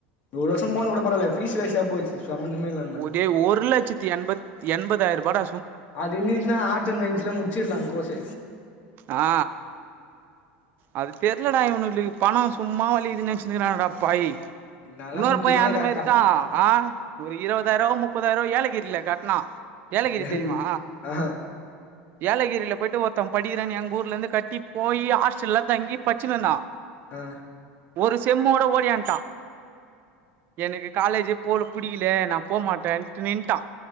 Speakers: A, on the left; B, on the right.
A: ஒரு வருஷோ போனது கூட பரவால்ல ஃபீஸ் வேஸ்டா போச்சு சம்மந்தமே இல்லாம
B: ஒ டே ஒரு லட்சத்தி எண்பத் எண்பதாயிர ரூபாட
A: அது இருந்துச்சுன்னா ஆர்ட்ஸ் அண்ட் சயின்ஸ்ல முட்ச்சிற்கலா கோர்ஸ்
B: ஆ அது தெரலடா இவனுங்களுக்கு பணம் சும்மா வழிதுன்னு நினச்சுக்கிறானடா பாய்
A: நாலா
B: இன்னொரு
A: முக்கியமான
B: பையன் அந்த மாதிரிதான்
A: க
B: ஆ ஒரு இருபதாயிரம் முப்பதாயிரம் ஏலகிரில கட்னான் ஏலகிரி
A: வேலைக்கு
B: தெரியுமா
A: ஆ
B: ஏலகிரில போய்ட்டு ஒருத்தன் படிக்கிறேன் எங்க ஊர்ல இருந்து கட்டி போய் ஹாஸ்டல்ல தங்கி படிச்சினுருந்தான்
A: ஆ
B: ஒரு செம்மோட ஓடியான்ட்டான் எனக்கு காலேஜே போல பிடிக்கல நான் போக மாட்டேன்ட்டு நின்னுட்டான்